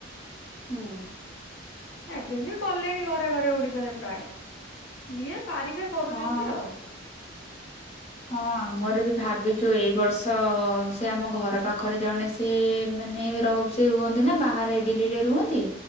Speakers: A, on the left (about 35°); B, on the left (about 75°).
A: ହୁଁ।
B: ଏବେ ବି କଲେଣି ଘରେ ଘରେ ଓଡିଶାରେ ପ୍ରାୟ ଯିଏ ପାରିବେ କରୁଛନ୍ତି
A: ହଁ
B: ଆଉ।
A: ହଁ ଆମର ବି ଭାବିଛୁ ଏଇ ବର୍ଷ ସେ ଆମ ଘର ପାଖରେ ଜଣେ ସିଏ ମାନେ ରହୁ ସେ ରୁହନ୍ତି ନା ବାହାରେ ଦିଲ୍ଲୀରେ ରୁହନ୍ତି